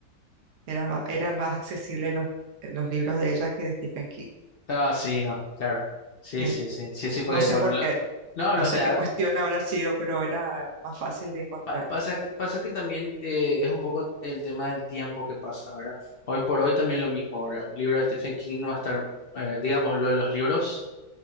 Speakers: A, on the right; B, on the left.
A: Eran, ma- eran más accesibles los, eh, los libros de ella que de Stephen King.
B: Ah, sí, no, claro. Sí,
A: Eh,
B: sí, sí, sí, sí, porque
A: no sé
B: bueno,
A: por
B: lo,
A: qué,
B: no,
A: no
B: los
A: sé
B: de
A: qué
B: a-
A: cuestión habrá sido, pero era más fácil de encontrar.
B: pa- pasa, que- pasa que también eh, es un poco el tema del tiempo que pasa, ¿verdad? Hoy por hoy también lo mismo, ¿verdad? Un libro de Stephen King no va a estar, eh, digamos, lo- los libros,